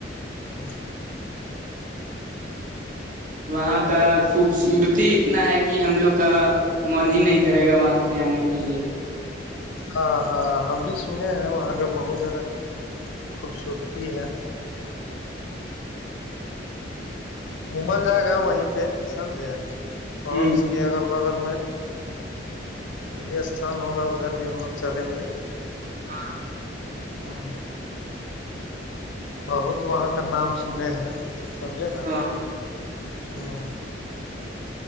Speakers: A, on the left; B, on the right.
A: مار
B: وہاں کا خوبصورتی اتنا ہے کہ ہم لوگ کا من ہی نہیں کرے گا وہاں سے آنے کے لیے
A: ہاں ہاں ہم بھی سنے ہیں وہاں کے بہت زیادہ خوبصورتی ہے ممل جائے گا وہیں پہ سمجھے
B: ہ
A: اور اس کے کہ اگل بغل میں جو بھی استھان ہوگا ادھر بھی ہم لوگ چلیں گے
B: ہاں
A: ہاں بہت وہاں کا نام سنے ہے سمجھے نا
B: ہاں
A: ہوں